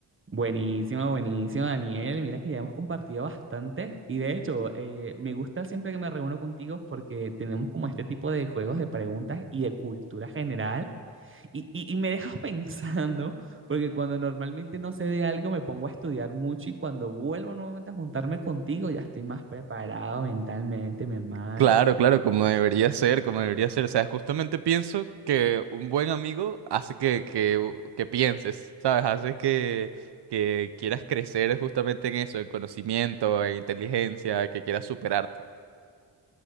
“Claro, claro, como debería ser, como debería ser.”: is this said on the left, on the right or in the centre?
Right